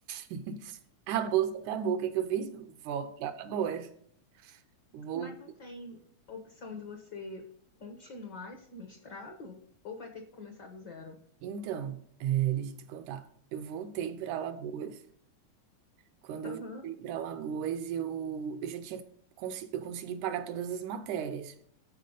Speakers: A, on the right; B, on the left.
A: <laughs> A bolsa acabou. O que é que eu fiz? Volto para Alagoas. Vou...
B: Mas não tem opção de você continuar esse mestrado ou vai ter que começar do zero?
A: Então, é, deixa eu te contar. Eu voltei para Alagoas. Quando
B: Aham.
A: eu voltei para Alagoas, eu, eu já tinha consi- eu consegui pagar todas as matérias.